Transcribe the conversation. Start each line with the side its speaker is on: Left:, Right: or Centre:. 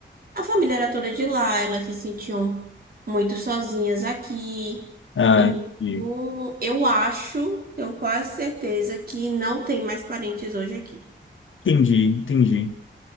Right: a família era toda de lá. Elas se sentiam muito sozinhas aqui.
Left: Ah,
Right: Então,
Left: entendi,
Right: eu acho, tenho quase certeza que não tem mais parentes hoje aqui.
Left: entendi. entendi.